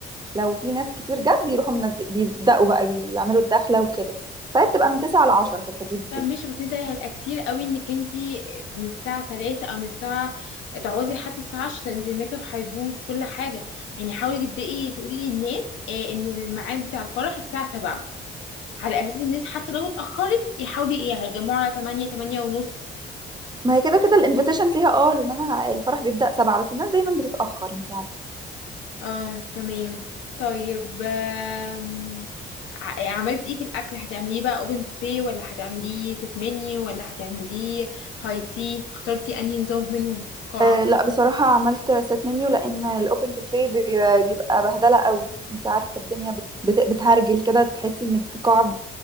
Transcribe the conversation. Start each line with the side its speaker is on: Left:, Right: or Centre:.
Right: لو في ناس كتير جت بيروحوا منز... بيبدأوا بقى بيعملوا الدخلة وكده فهي بتبقى من تسعة لعشرة في الحدود
Left: طب
Right: دي
Left: ماشي بس انت هيبقى كتير قوي انك انتي من الساعة 3 او من الساعة تقعدي لحد الساعة 10 انزل الميك اب هيبوظ في كل حاجة يعني حاولي تبدأي تقولي للناس اه، ان الميعاد بتاع الفرح الساعة 7 على اساس الناس حتى لو اتأخرت يحاولي ايه هيتجمعوا على 8 8 ونص
Right: ما هي كده كده الانفيتيشن فيها اه لان انا ه- الفرح بيبدأ سبعة بس الناس دايما بتتأخر انت عارفة
Left: اه تمام طيب آم، ع- عملتي ايه في الاكل هتعمليه بقى اوبن بوفيه ولا هتعمليه ست منيو ولا هتعمليه هاي تي اخترتي انهي نظام منهم في القاعه
Right: آه لا بصراحة عملت سيت منيو لأن الأوبن بوفيه بيبقى بهدلة قوي انت عارفة الدنيا بت... بت... بتهرجل كده تحسي ان القاعة